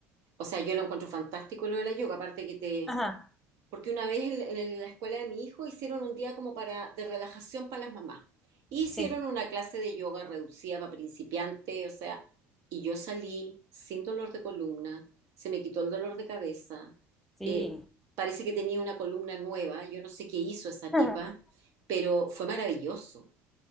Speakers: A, on the right (about 60°); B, in the centre.
A: o sea, yo lo encuentro fantástico lo de la yoga, aparte que te
B: Ajá,
A: porque una vez en, en la escuela de mi hijo hicieron un día como para de relajación para las mamás. Hicieron
B: sí,
A: una clase de yoga reducida para principiantes, o sea, y yo salí sin dolor de columna, se me quitó el dolor de cabeza,
B: sí,
A: eh, parece que tenía una columna nueva, yo no sé qué hizo esa
B: <laughs>
A: tipa, pero fue maravilloso.